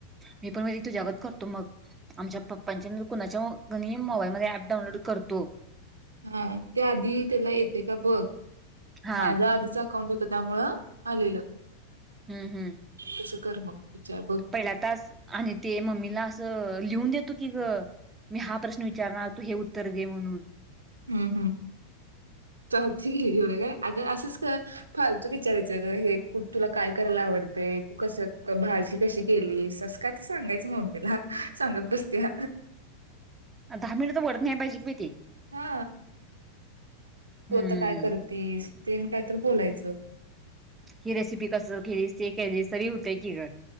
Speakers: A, on the right; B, on the right.
A: मी पण म्हणजे तुझ्यागत करतो मग आमच्या पप्पांच्या नाय रत कुणाच्या मोबाईलमध्ये ऍप डाऊनलोड करतो.
B: हा त्या आधी त्याला येते का बघ
A: हा
B: माझ्या आधीचा अकाउंट होत त्यामुंळ आलेलं
A: हूं हूं
B: तसं कर मग विचार बघ
A: पहिला टास्क आणि ते मम्मीला असं लिहून देत की ग मी हा प्रश्न विचारणार तू हे उत्तर दे म्हणून
B: हम् हम् चालती <unintelligible> एवढ काय अगं असंच का फालतू विचारायचं ग हे कुठ तुला काय करायला आवडतं तू कस भाळची कशी केलीस काय ते सांगायचं मम्मीला सांगत बसते.
A: दहा मिनट त वडत न्याय पाहिज की ते
B: हा
A: हम्म
B: तू आता काय करतीस? तेन काय तर बोलायचं.
A: ही रेसिपी कसं केलीस ती केलीस तरी होतय की ग